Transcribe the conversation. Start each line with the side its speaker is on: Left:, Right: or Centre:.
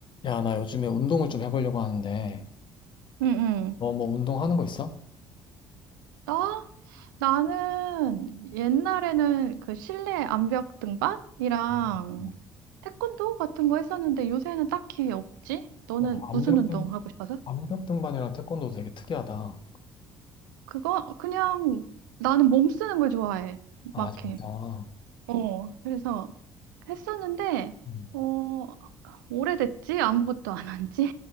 Left: 야, 나 요즘에 운동을 좀 해보려고 하는데,
Right: 응응.
Left: 너 뭐 운동하는 거 있어?
Right: 나? 나는 옛날에는 그 실내 암벽 등반이랑
Left: 음.
Right: 태권도 같은 거 했었는데 요새는 딱히 없지? 너는
Left: 어, 암벽등,
Right: 무슨 운동 하고 싶어서?
Left: 암벽등반이랑 태권도 되게 특이하다.
Right: 그거 그냥 나는 몸 쓰는 걸 좋아해.
Left: 아,
Right: 막
Left: 진짜.
Right: 해. 어, 그래서 했었는데
Left: 음.
Right: 어, 오래됐지? 아무것도 안 한 지?